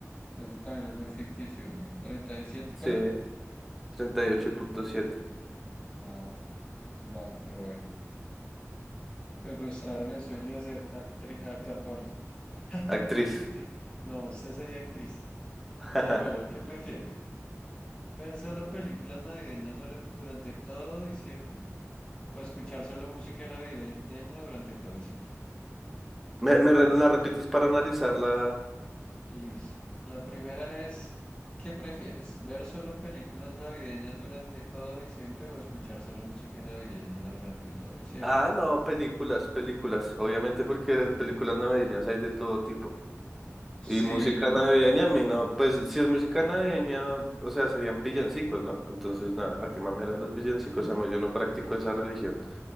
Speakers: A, on the left; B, in the centre.
A: Eso también es muy ficticio, güey. treinta y siete,
B: sí,
A: ¿cuánto?
B: treinta y ocho punto siete,
A: Ah, es bajo, pero bueno. Me frustraron el sueño de ser actri- actor porno. <laughs>
B: actriz.
A: Mentira. No, usted sería actriz.
B: <laughs>
A: Eh, bueno, ¿qué prefiere? ¿Ver solo películas navideñas dura- durante todo diciembre? ¿O escuchar solo música navideña durante todo diciembre?
B: ¿Me, me re- la repites para analizarla?
A: Listo. La primera es, ¿qué prefieres? ¿Ver solo películas navideñas durante todo diciembre o escuchar solo música navideña durante todo diciembre?
B: Ah, no, películas, películas, obviamente porque las películas navideñas hay de todo tipo.
A: Sí,
B: Y música
A: el,
B: navideña, a mí no, pues si es música navideña, o sea, serían villancicos, ¿no? Entonces, nada, qué mamera de los villancicos,
A: <laughs>
B: además yo no practico esa religión.